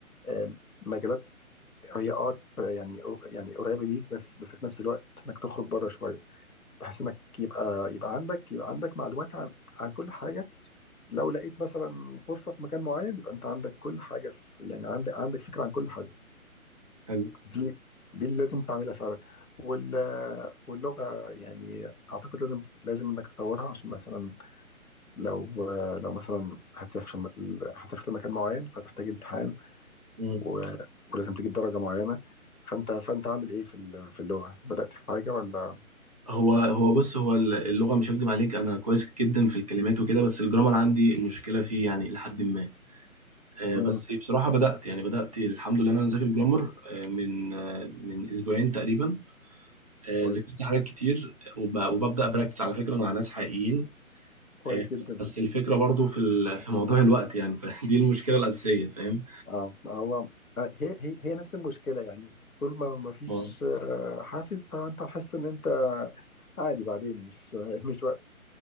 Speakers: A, on the left; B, on the right.
A: آم، مجالات هي اه يعني يعني قريبه ليك بس بس في نفس الوقت انك تخرج بره شويه بحيث انك يبقى يبقى عندك يبقى عندك معلومات عن عن كل حاجه لو لقيت مثلا فرصه في مكان معين يبقى انت عندك كل حاجه في يعني عندك عندك فكره عن كل حاجه
B: حلو
A: دي دي اللي لازم تعملها فعلا وال واللغه يعني اعتقد لازم لازم انك تطورها عشان مثلا لو لو مثلا هتسافر هتسافر لمكان معين فتحتاج امتحان
B: مم.
A: و... ولازم تجيب درجة معينة فانت فانت عامل ايه في ال- في اللغة بدأت في حاجة ولا
B: هو هو بص هو اللغه مش هكدب عليك انا كويس جدا في الكلمات وكده بس الجرامر عندي مشكله فيه يعني الى حد ما آه،
A: امم
B: بس بصراحه بدات يعني بدات الحمد لله إن انا ذاكر جرامر آه، من آه، من اسبوعين تقريبا آه،
A: كويس
B: ذاكرت حاجات كتير وب- وببدا براكتس على فكره مع ناس حقيقيين
A: كويس
B: آه،
A: جدا
B: بس الفكرة برضو في ال- <laughs> في موضوع الوقت يعني فدي <laughs> المشكلة الأساسية فاهم
A: اه هو آه، هي هي هي نفس المشكلة يعني طول ما ما فيش
B: اه
A: آه، حافز فانت هتحس ان انت عادي بعدين مش <laughs> مش وقت